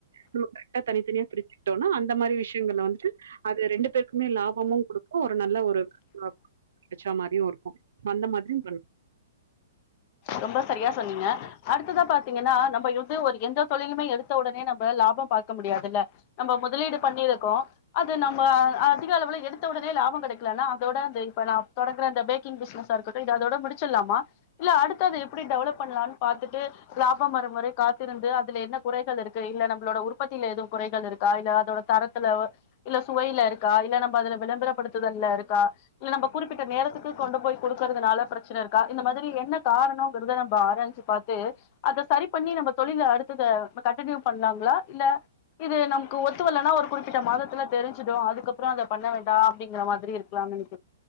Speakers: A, on the right; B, on the left.
A: நம கரெக்டா தனித்தனியா பிரிச்சக்கிட்டோணு அந்த மாரி விஷயங்கள வந்துட்டு அது ரெண்டு பேருக்குமே லாபமு குடுக்கு ஒரு நல்ல ஒரு அ கச்சா மாரியு இருக்கு அந்த மாரியு பண்
B: ரொம்ப சரியா சொன்னீங்க அடுத்ததா பாத்தீங்கன்னா நம்ம யுந்து ஒரு எந்த தொழிலுமே எடுத்த உடனே நம்ம லாபம் பாக்க முடியாதுல்ல நம்ம முதலீடு பண்ணியிருக்கோ அது நம்ம அதிக அளவில எடுத்த உடனே லாபோ கெடக்கலனா அதோட அந்த இப்ப நா தொடங்குற அந்த பே க்கிங் பிஸினஸா இருக்கட்டு இது அதோட முடிச்சிடலாமா இல்ல அடுத்த அத எப்டி டெவலப் பண்ணலான்னு பாத்துட்டு லாபம் வரும்வரை காத்திருந்து அதுல என்ன குறைகள் இருக்கு இல்ல நம்மளோட உற்பத்தியில எதுவு குறைகள் இருக்கா இல்ல அதோட தரத் தில இல்ல சுவையில இருக்கா இல்ல நம்ம அதுல விளம்பரப்படுத்துதல்ல இருக்கா இல்ல நம்ம குறிப்பிட்ட நேரத்துக்கு கொண்டு போய் கொடுக்கறதுனால பிரச்சனை இருக்கா இந்த மாரி என்ன காரணோங்கிறத நம்ம ஆராஞ்ச்சு பாத்து அத சரி பண்ணி நம்ம தொழில அடுத்தத கண்டினியூ பண்ணலாங்களா இல்ல இது நமக்கு ஒ த்துவல்லான்னா ஒரு குறிப்பிட்ட மாதத்துல தெரிஞ்சிடு அதுக்கப்புற அதை பண்ண வேண்டா அப்டிங்கிற மாரி இருக்காலான்னு நெனைக்